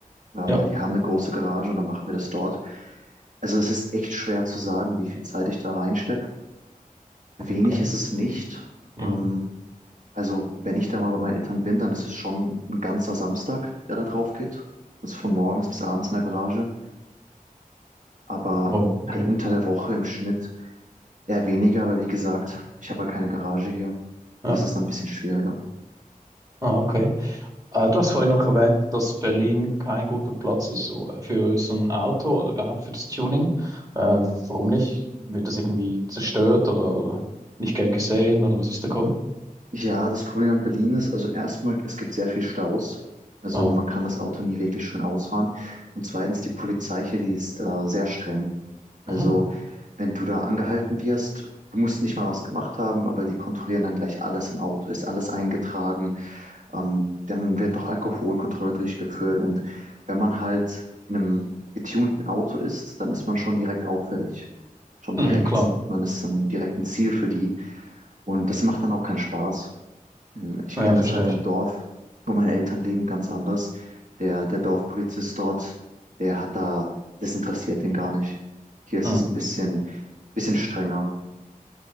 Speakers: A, on the right; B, on the right.
A: ja,
B: Ja.
A: weil die haben eine große Garage und dann machen wir das dort. Also es ist echt schwer zu sagen, wie viel Zeit ich da reinstecke. Wenig
B: Okay.
A: ist es nicht.
B: Mhm.
A: Ähm, also wenn ich da mal bei meinen Eltern bin, dann ist es schon ein ganzer Samstag, der da drauf geht. Also von morgens bis abends in der Garage aber
B: Oh, okay.
A: halt unter der Woche im Schnitt eher weniger, weil wie gesagt, ich habe ja keine Garage hier.
B: Ja.
A: Das ist dann ein bisschen schwieriger.
B: Ah, okay. Äh, du hast vorhin noch erwähnt, dass Berlin kein guter Platz ist so, äh, für so ein Auto oder überhaupt für das Tuning. Äh, warum nicht? Wird das irgendwie zerstört oder, oder nicht gern gesehen oder was ist der Grund?
A: Ja, das Problem in Berlin ist, also erstmal, es gibt sehr viel Staus. Also
B: Ah,
A: man kann das Auto nie wirklich schön ausfahren. Und zweitens, die Polizei hier, die ist äh, sehr streng. Also
B: Mhm.
A: wenn du da angehalten wirst, du musst nicht mal was gemacht haben, aber die kontrollieren dann gleich alles im Auto. Ist alles eingetragen? Ähm, dann wird noch Alkoholkontrolle durchgeführt und wenn man halt in einem getunten Auto ist, dann ist man schon direkt auffällig. Schon
B: Mhm,
A: direkt.
B: klar.
A: Man ist dann direkt ein Ziel für die. Und das macht dann auch keinen Spaß. Hm, Ich
B: Ja,
A: kenne
B: verstehe
A: das halt
B: ich.
A: vom Dorf, wo meine Eltern leben, ganz anders. Der, der Dorfpolizist dort, der hat da, das interessiert den gar nicht. Hier ist
B: Mhm.
A: es ein bisschen, bisschen strenger.